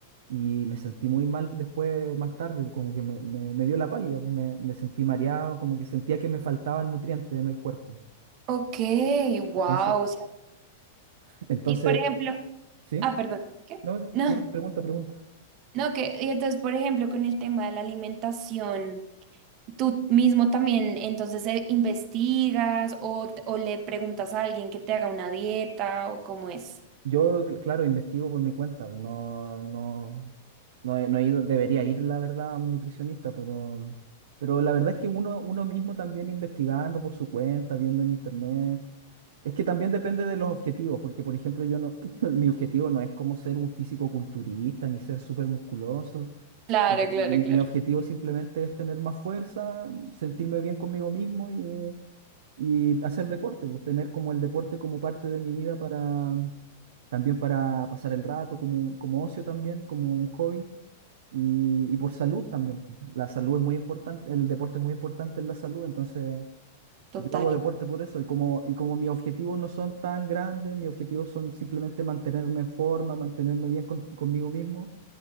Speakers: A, on the right; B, on the right.
A: y me sentí muy mal después, más tarde, como que me, me- me dio la pálida, pues, me, me sentí mareado, como que sentía que me faltaban nutrientes en el cuerpo.
B: Ok, wow.
A: Entonces, entonces,
B: y por ejemplo,
A: ¿sí?
B: ah, perdón, ¿qué?
A: No,
B: No,
A: no, pregunta, pregunta.
B: no, que, y entonces, por ejemplo, con el tema de la alimentación, tú mismo también, entonces, eh, investigas o, t- o le preguntas a alguien que te haga una dieta o cómo es.
A: Yo, cl- claro, investigo por mi cuenta, pues, no, no, no he, no he ido, debería ir, la verdad, a un nutricionista, pero, pero la verdad es que uno, uno mismo también investigando por su cuenta, viendo en internet, es que también depende de los objetivos, porque por ejemplo yo no, <laughs> mi objetivo no es como ser un físico culturista, ni ser súper musculoso,
B: Claro,
A: no,
B: claro,
A: mi,
B: claro.
A: mi objetivo simplemente es tener más fuerza, sentirme bien conmigo mismo y, y hacer deporte, pues tener como el deporte como parte de mi vida para también para pasar el rato, como, como ocio también, como un hobby, y, y por salud también. po. La salud es muy importante, el deporte es muy importante en la salud, entonces
B: Total.
A: yo hago deporte por eso, y como, y como mis objetivos no son tan grandes, mis objetivos son simplemente mantenerme en forma, mantenerme bien con- conmigo mismo.